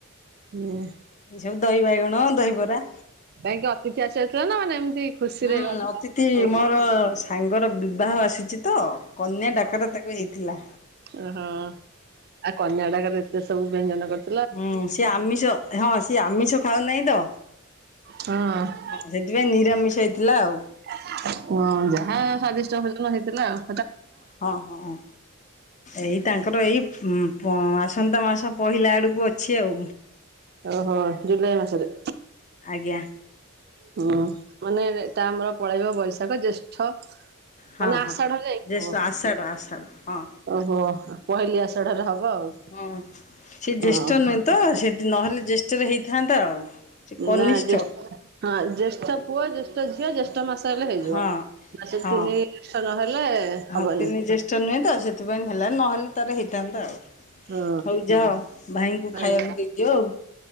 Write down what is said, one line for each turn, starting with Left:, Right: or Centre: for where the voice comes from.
Right: <inaudible>
Left: ଏଇ ସବୁ ଦହି ବାଇଗଣ ଦହିବରା।
Right: କାଁଇକି ଅତିଥି ଆସି ଆସିଥିଲା ନା, ମାନେ ଏମିତି ଖୁସିରେ
Left: ହୁଁ,
Right: ଘର
Left: ଅତିଥି
Right: ବୋଲି
Left: ମୋର, ସାଙ୍ଗର ବିବାହ ଆସିଚି ତ। କନ୍ୟା ଡାକରା ତାକୁ ହେଇଥିଲା।
Right: ଓହଁ, ଆ କନ୍ୟା ଡାକରେ, ଏତେ ସବୁ ବ୍ୟଞ୍ଜନ କରି
Left: ହୁଁ, ସିଏ ଆମିଷ, ହଁ ସିଏ ଆମିଷ ଖାଉ ନାହିଁ ତ?
Right: ହଁ ଅ।
Left: ହଁ, ସେଥିପାଇଁ ନିରାମିଷ ହେଇଥିଲା ଆଉ।
Right: ହଁ, ଯାହା ସ୍ଵାଦିଷ୍ଟ ଭୋଜନ ହେଇଥିଲା ଆ
Left: ହଁ ହଁ। ଏଇ ତାଙ୍କର ଏଇ, ଆସନ୍ତା ମାସ ପହିଲା ଆଡ଼କୁ ଅଛି ଆଉ।
Right: ଓହୋ, ଜୁଲାଇ ମାସରେ?
Left: ଆଜ୍ଞା।
Right: ହୁଁ, ମାନେ ତା ଆମର ପଳେଇବ ବୈଶାଖ ଜେଷ୍ଠ ଠ,
Left: ହଁ
Right: ମାନେ ଆଷାଢରେ
Left: ହଁ।
Right: ଯାଇକି
Left: ଜ୍ୟେଷ୍ଠ
Right: ହବ?
Left: ଆଷାଢ଼ ଆଷାଢ଼ ହଁ
Right: ଓହୋ, ପହିଲି ଆଷାଢ ରେ ହବ ଆଉ,
Left: ହଁ ସେ ଜ୍ୟେଷ୍ଠ
Right: ହ।
Left: ନୁହେଁ ତ, ସେଠି ନହେଲେ, ଜେଷ୍ଟରେ ହେଇଥାନ୍ତା ଆଉ। ସେ କନିଷ୍ଠ
Right: ନା ଜେ ହଁ, ଜ୍ୟେଷ୍ଠ ପୁଅ, ଜ୍ୟେଷ୍ଠ ଝିଅ, ଜ୍ୟେଷ୍ଠ ମାସ ହେଲେ ହେଇଯିବ,
Left: ହଁ
Right: ସେ
Left: ହଁ।
Right: ତିନି ଜେଷ୍ଟ ନହେଲେ ହବନି।
Left: ହଁ ତିନି ଜ୍ୟେଷ୍ଠ ନୁହେଁ ତ, ସେଥିପାଇଁ ହେଲା, ନହେଲେ ରେ ହେଇଥାନ୍ତା ଆଉ,
Right: ହଁ
Left: ହଉ ଯାଅ, ଭାଇଙ୍କୁ ଖାଇବାକୁ
Right: ଆଜ୍ଞା।
Left: ଦେଇଦିଅ ଆଉ।